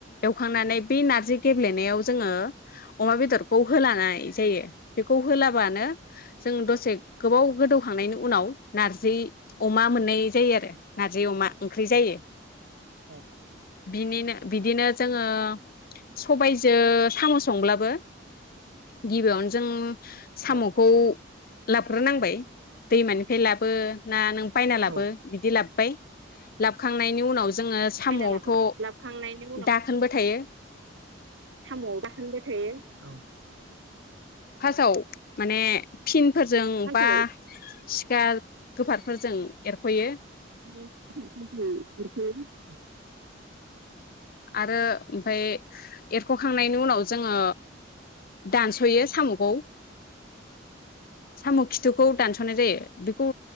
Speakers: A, on the left; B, on the right.
A: एवखांनानै बे नारजि गेब्लेनायाव जोङो अमा बेदरखौ होलानाय जायो। बेखौ होलाबानो जों द <unintelligible> गोबाव गोदौखांनायनि उनाव नारजि अमा मोननाय जायो आरो नारजि अमा ओंख्रि जायो।
B: औ
A: बिनिनो बिदिनो जोङो सबायजों साम' संब्लाबो गिबियावनो जों साम'खौ
B: औ
A: लाबग्रो नांबाय दैमा बे लाबो ना नों बायना लाबो
B: नों
A: बिदि लाबोबाय लाबोखांनायनि उनाव जोङो साम'आवथ
B: बायना लाबो लाबोखांनायनि
A: दाखोनबो थायो
B: साम' आव दाखोनबो थायो औ
A: फासाव माने फिनफोरजों
B: सानसे
A: बा सिखा गोफारफोरजों एरखयो
B: <unintelligible> <unintelligible>
A: आरो ओमफाय एरखखांनायनि उनाव जोङो दानसयो साम'खौ साम' खिथुखौ दानसनाय जायो बेखौ